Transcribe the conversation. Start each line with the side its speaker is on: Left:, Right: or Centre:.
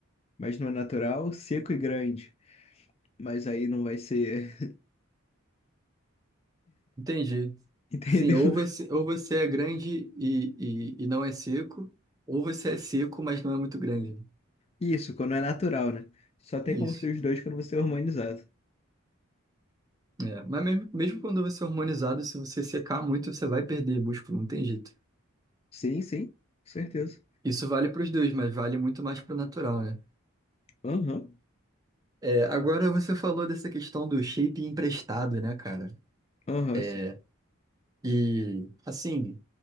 Left: mas não é natural, seco e grande. Mas aí não vai ser...
Right: entendi.
Left: <laughs> Entendeu?
Right: Sim, ou você, ou você é grande e, e, e não é seco, ou você é seco, mas não é muito grande, né?
Left: Isso, quando é natural, né? Só tem
Right: Isso.
Left: como ser os dois quando você é harmonizado.
Right: É, mas mesmo, mesmo quando você é hormonizado, se você secar muito, você vai perder músculo, não tem jeito.
Left: Sim, sim, com certeza.
Right: Isso vale para os dois, mas vale muito mais para o natural, né?
Left: Aham,
Right: É, agora você falou dessa questão do shape emprestado, né, cara?
Left: aham,
Right: É,
Left: sim,
Right: e, assim,